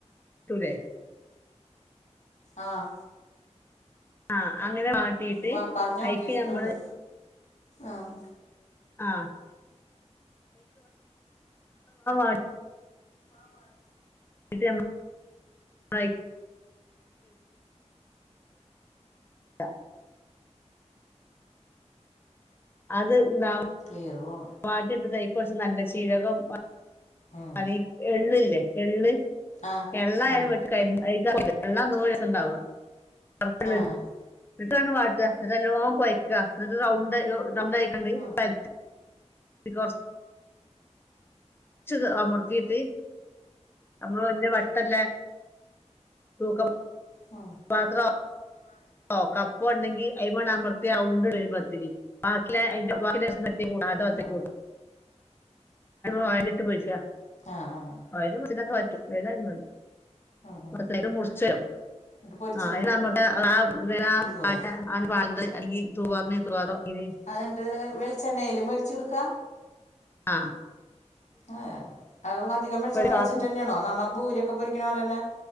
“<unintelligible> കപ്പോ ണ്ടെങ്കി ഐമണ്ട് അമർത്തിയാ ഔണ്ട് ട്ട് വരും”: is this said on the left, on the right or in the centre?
Left